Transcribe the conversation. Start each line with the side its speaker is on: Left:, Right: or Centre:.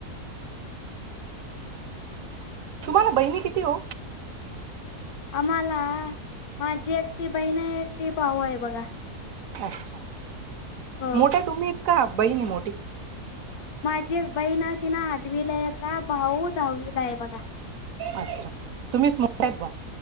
Right: तुम्हाला बहिणी किती ओ?
Left: आम्हाला, माझी एकटी बहीण आहे, एकटी भाऊ आहे बघा.
Right: अच्छा,
Left: हो
Right: मोठ्या तुम्ही हेत का, बहिण हे मोठी?
Left: माझी एक बईन तिनं आठवीला ये आता, भाऊ दहावीला हे बघा.
Right: अच्छा, तुम्हीच मोठ्यातं बॉ.